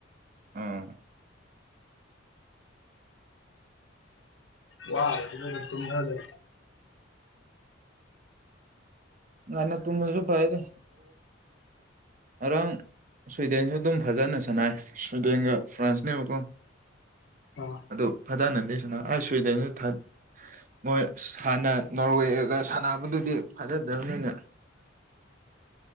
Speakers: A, on the right; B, on the left.
A: ꯎꯝ <unintelligible>
B: ꯋꯥ ꯊꯗ
A: ꯉꯅ ꯇꯨ ꯃꯁꯨ ꯐꯥꯏꯗ ꯔꯪ ꯁ꯭ꯋꯤꯗꯦꯟꯁꯨ ꯑꯗꯨꯝ ꯐꯖꯅ ꯁꯥꯟꯅꯏ ꯁ꯭ꯋꯤꯗꯦꯟꯒ ꯐ꯭ꯔꯥꯟꯁꯅꯦꯕꯀꯣ
B: ꯑꯥ
A: ꯑꯗ ꯐꯖꯅꯟꯗꯦꯁꯤꯅ ꯑꯩ ꯁ꯭ꯋꯤꯗꯦꯟꯗ ꯊ ꯃꯣꯏ ꯍꯥꯟꯅ ꯅꯣꯔꯋꯦ ꯁꯥꯟꯅꯕꯗꯨꯗꯤ ꯐꯖꯗꯕꯅꯤꯅ